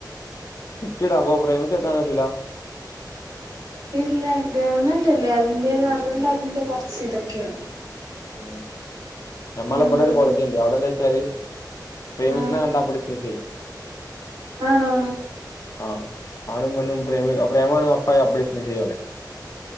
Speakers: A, on the left; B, on the right.
A: സടാ അപ്പൊ പ്രേമിച്ചെടുക്കാിട്ടില്ല
B: ഇല്ല ഗവൺമെന്റ്ല്ലേ അതിന്റെത് അതുകൊണ്ട് അതിന്റെ കുറച്ച് ഇതൊക്കെയാണ്
A: ഉ നഞമ്മള
B: ഉം
A: ഇവിടെ ഒരു കോളേജ് ഉണ്ട് അവിടെന്താ വെച്ചാല് പ്രേമിച്ചിനെ
B: ആ
A: കണ്ടാപ്പോ ഡിസ്മിസ് ചെയ്യും
B: ആണോ
A: ആഹ ആണും പണ്ണും പ്രേമി പ്രേമാണും അപ്പായ അപ്രസ്മിസ് ചെയ്യ പോലെ